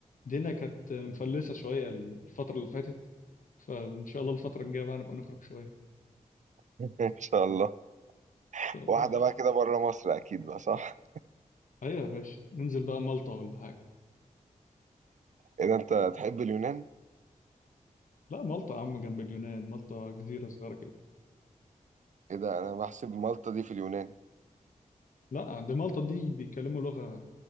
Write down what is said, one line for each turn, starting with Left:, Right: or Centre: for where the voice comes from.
Left: الدنيا كانت مفلسه شويه الفتره اللي فاتت فان شاء الله الفتره الجايه بقى نبقى نخرج شويه
Right: <laughs> ان شاء الله
Left: ان شاء
Right: واحده
Left: الله
Right: بقى كده بره مصر اكيد بقى صح
Left: ايوه يا باشا ننزل بقى مالطا ولا حاجه
Right: ايه ده انت تحب اليونان
Left: لا مالطا يا عم جنب اليونان مالطا جزيره صغيره كده
Right: ايه ده انا بحسب مالطا دي في اليونان
Left: لا عند مالطا دي بيتكلموا لغه